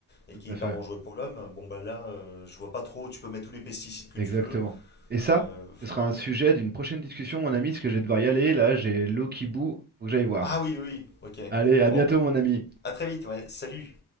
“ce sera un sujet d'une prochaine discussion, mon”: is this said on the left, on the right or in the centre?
Right